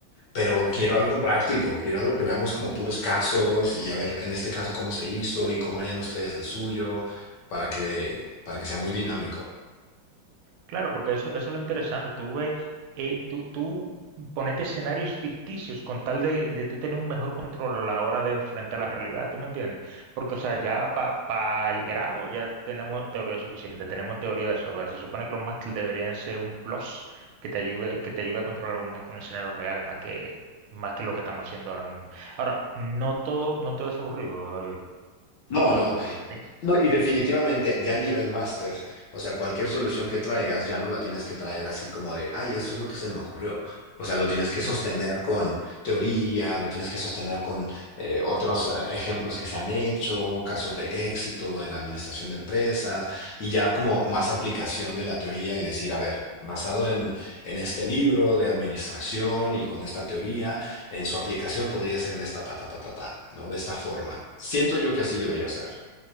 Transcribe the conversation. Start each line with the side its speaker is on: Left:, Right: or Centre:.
Left: Pero quiero
Right: ujú.
Left: algo práctico, quiero algo que veamos como puros casos y a ver, en este caso, cómo se hizo y cómo harían ustedes el suyo para que, para que sea muy dinámico.
Right: Claro, porque eso, eso es lo interesante. Tú ves, eh, tú, tú ponete escenarios ficticios con tal de, de tú tener un mejor control a la hora de enfrentar la realidad, ¿tú me entiendes? Porque, o sea, ya para el grado ya tenemos teoría suficiente, tenemos teoría de sobra. Se supone que los máster deberían ser un plus que te ayude, que te ayude a controlar un, con escenarios reales más que, más que lo que estamos haciendo ahora mismo. Ahora, no todo, no todo es aburrido, David.
Left: No,
Right: No todo
Left: no.
Right: es aburrido.
Left: No, y definitivamente ya a nivel máster, o sea, cualquier solución que traigas ya no la tienes que traer así como de, ay, eso es lo que se me ocurrió. O sea, lo tienes que sostener
Right: ¿sí?
Left: con teoría, lo tienes que sostener con eh, otros eh, ejemplos que se han hecho, casos de éxito en la administración de empresas, y ya como más aplicación de la teoría y decir, a ver, basado en, en este libro de administración y con esta teoría, en su aplicación podría ser de esta, ta, ta, ta, ta, ta, ¿no? De esta forma. Siento yo que así debería ser.